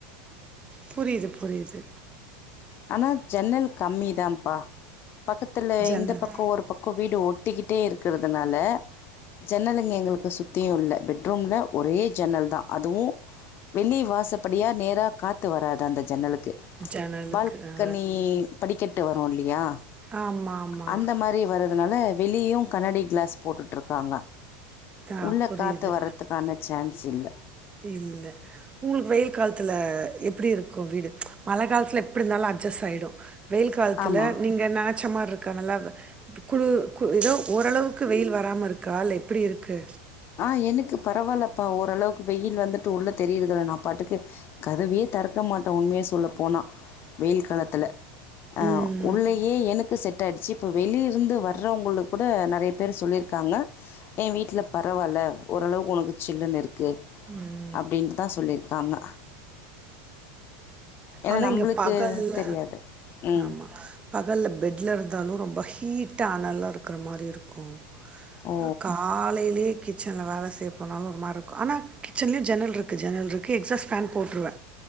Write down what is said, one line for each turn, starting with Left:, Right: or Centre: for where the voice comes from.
Right: புரியிது புரியிது
Left: ஆனா ஜன்னல் கம்மி தா ப்பா பக்கத்துல
Right: ஜன்னல்
Left: இந்த பக்கோ ஒரு பக்கோ வீடு ஒட்டிக்கிட்டே இருக்கறதுனால ஜன்னல்ங்க எங்களுக்கு சுத் தியு இல்ல பெட்ரூம்ல ஒரே ஜன்னல்தா அதுவு வெளிய வாசப்படியா நேரா காத்து வராது அந்த ஜன்னலுக்கு
Right: ஜன்னலுக்கு
Left: பால்கனி
Right: ஆ
Left: படிக்கட்டு வரு இல்லையா
Right: ஆமாம் ஆமாம்
Left: அந்த மாரி வர்ற அதனால வெளியயு கண்ணாடி கிளாஸ் போட்டுட்டுருக்காங்க
Right: ஆ
Left: உள்ள
Right: புரியுது
Left: காத்து வர்றதுக் கான சான்ஸ் இல்ல
Right: இல்ல உங்களுக்கு வெயில் காலத்துல எப்டி இருக்கு வீடு மழை காலத்துல எப்டி இருந்தாலு அட்ஜஸ் ஆயிடு வெயில் காலத்துல
Left: ஆமாம்
Right: நீங்க நெனச்ச மார் இருக்கா நல்லா குளு கு ஏதோ ஓரளவுக்கு வெயில் வராம இருக்கா இல்ல எப்டி இருக்கு
Left: ஆ எனக்கு பரவாயில்லப்பா ஓரளவுக்கு வெயில் வந்துட்டு உள்ள தெரியுறதில்ல நா பாட்டுக்கு கதவயே திறக்க மாட்டே உண்மயே சொல்ல போனா வெயில் காலத்துல ஆ
Right: ம்
Left: உள்ளயே எனக்கு செட் ஆயிடுச்சி இப்போ வெளிய இருந்து வர்றவங்களுக்கு கூட நெறைய பேர் சொல்லிருக்காங்க ஏ வீட்ல பரவாயில்ல ஓரளவுக்கு ஒனக்கு சில்லுன்னு இருக்கு
Right: ம்
Left: அப்டின்ட்டுதா சொல்லிருக்காங்க ஏன்னா
Right: ஆனா
Left: நம்பளுக்கு
Right: இங்க பகல்ல
Left: தெரியாது. ம்.
Right: ஆமா பகல்ல பெட்ல இருந்தாலு ரொம்ப ஹீட்டா அனலா இருக்குற மாரி இருக்கு
Left: ஓ!
Right: ஆ காலேலயே கிச் சன்ல வேல செய்ய போனாலு ஒரு மாரி இருக்கு ஆனா கிச்சன்லயு ஜன்னல் இருக்கு ஜன்னல் இருக்கு எக்ஸாட் ஃபேன் போட்டுருவே